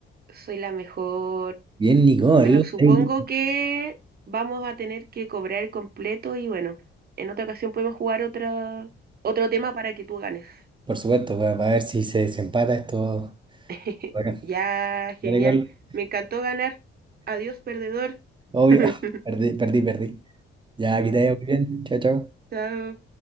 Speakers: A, on the right (about 45°); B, on the right (about 20°).
A: Soy la mejor.
B: Bien, Nicole.
A: Bueno, supongo
B: Ey,
A: que vamos a tener que cobrar el completo y bueno, en otra ocasión podemos jugar otra, otro tema para que tú ganes.
B: Por supuesto, va va a ver si se desempata esto.
A: <laughs>
B: Bueno,
A: Ya, genial.
B: ya, Nicole.
A: Me encantó ganar. Adiós, perdedor.
B: Obvio.
A: <laughs>
B: <laughs> Perdí, perdí, perdí. Ya, que te vaya muy bien. Chao, chao.
A: Chao.